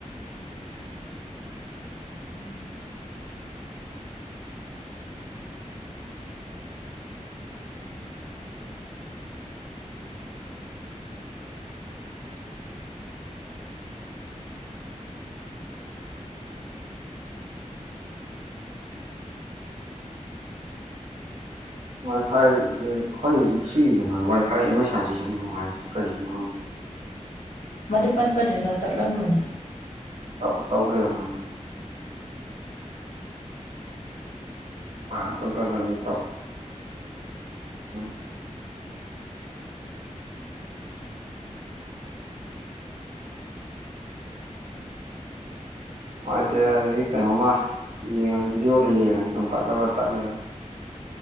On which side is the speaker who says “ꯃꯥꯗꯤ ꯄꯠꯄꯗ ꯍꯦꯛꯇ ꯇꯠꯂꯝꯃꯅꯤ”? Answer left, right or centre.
Left